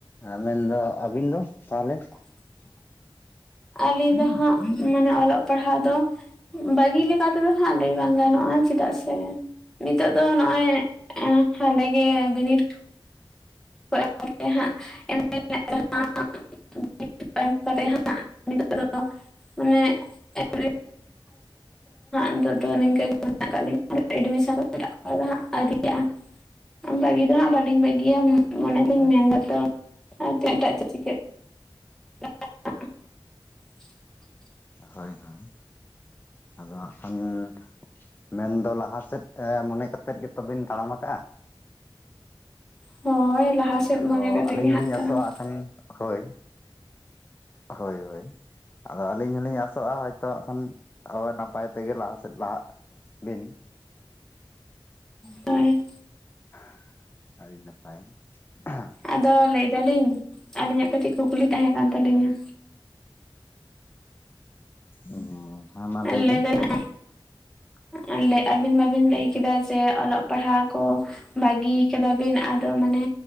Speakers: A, on the left (about 25°); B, in the centre.
A: ᱟᱨ ᱢᱮᱱᱫᱚ ᱟᱹᱵᱤᱱ ᱫᱚ ᱛᱟᱦᱚᱞᱮ?
B: <inaudible> ᱟᱹᱞᱤᱧ ᱫᱚ ᱦᱟᱸᱜ ᱢᱟᱱᱮ ᱚᱞᱚᱜ ᱯᱟᱲᱦᱟᱜ ᱫᱚ ᱵᱟᱹᱜᱤ ᱞᱮᱠᱟ ᱛᱮᱫᱚ ᱦᱟᱸᱜ ᱞᱟᱹᱭ ᱵᱟᱝ ᱜᱟᱱᱚᱜᱼᱟ ᱪᱮᱫᱟᱜ ᱥᱮ ᱱᱤᱛᱚᱜ ᱫᱚ ᱱᱚᱜ-ᱚᱭ ᱮ ᱦᱟᱞᱮ ᱜᱮ ᱵᱤᱱᱤᱰ <inaudible>
A: <inaudible>
B: <inaudible> ᱦᱟᱸᱜ ᱱᱤᱛᱚᱜ ᱫᱚ ᱟᱱᱮ <inaudible> ᱱᱤᱛᱚᱜ ᱫᱚ ᱱᱤᱝᱠᱟᱹ ᱜᱮ ᱢᱮᱱᱟᱜ ᱟᱠᱟᱫ ᱞᱤᱧ ᱾ ᱮᱰᱢᱤᱥᱚᱱ <inaudible> ᱟᱹᱣᱨᱤᱜᱼᱟ ᱵᱟᱹᱜᱤ ᱫᱚ ᱦᱟᱸᱜ ᱵᱟᱹᱞᱤᱧ ᱵᱟᱹᱜᱤᱭᱟ ᱾ ᱢᱚᱱᱮᱞᱤᱧ
A: ᱦᱳᱭ
B: ᱢᱮᱱ ᱫᱟᱛᱚ ᱟᱨ ᱛᱤᱱᱟᱹᱜ ᱴᱟᱜ ᱪᱮᱜ ᱪᱤᱠᱟᱹᱜ ᱾ <inaudible>
A: ᱦᱳᱭ ᱦᱳᱭ ᱟᱫᱚ ᱦᱟᱸᱜ ᱠᱷᱟᱱ ᱾ ᱢᱮᱱᱫᱚ ᱞᱟᱦᱟ ᱥᱮᱫ ᱮ ᱢᱚᱱᱮ ᱠᱟᱛᱮᱜ ᱜᱮᱛᱚᱵᱤᱱ ᱛᱟᱲᱟᱢᱟ ᱠᱟᱜᱼᱟ <inaudible>
B: ᱦᱳᱭ ᱞᱟᱦᱟ ᱥᱮᱫ
A: ᱟᱫᱚ
B: ᱢᱚᱱᱮ ᱠᱟᱛᱮ
A: ᱟᱹᱞᱤᱧ
B: ᱜᱮ
A: ᱦᱚᱞᱤᱧ
B: ᱦᱟᱸᱜ ᱛᱟᱨᱟᱢ
A: ᱟᱥᱚᱜᱼᱟ
B: ᱾
A: ᱠᱷᱟᱱ ᱦᱳᱭ, ᱦᱳᱭ ᱦᱳᱭ, ᱟᱫᱚ ᱟᱹᱞᱤᱧ ᱦᱚᱞᱤᱧ ᱟᱥᱚᱜᱼᱟ ᱦᱚᱭᱛᱳ ᱟᱜ ᱠᱷᱟᱱ ᱟᱵᱟᱭ ᱱᱟᱯᱟᱭ ᱛᱮᱜᱮ ᱞᱟᱦᱟ ᱥᱮᱫ ᱞᱟᱦᱟᱜ ᱾ ᱵᱤᱱ <inaudible>
B: ᱛᱟᱭ,
A: <inaudible> ᱟᱹᱰᱤ ᱱᱟᱯᱟᱭ <inaudible>
B: ᱟᱫᱚ ᱞᱟᱹᱭᱫᱟᱞᱤᱧ ᱟᱹᱞᱤᱧᱟᱜ ᱠᱟᱹᱴᱤᱡ ᱠᱩᱠᱞᱤ ᱛᱟᱦᱮᱸ ᱠᱟᱱ ᱛᱟᱹᱞᱤᱧᱟ?
A: ᱚ
B: <inaudible>
A: <inaudible>
B: ᱟᱞᱮ ᱟᱹᱵᱤᱱ ᱢᱟᱵᱤᱱ ᱞᱟᱹᱭᱠᱟᱫᱟ ᱡᱮ ᱚᱞᱚᱜ ᱯᱟᱲᱦᱟᱜ ᱠᱚ ᱾ ᱵᱟᱹᱜᱤ ᱠᱟᱫᱟ ᱵᱤᱱ ᱟᱫᱚ ᱢᱟᱱᱮ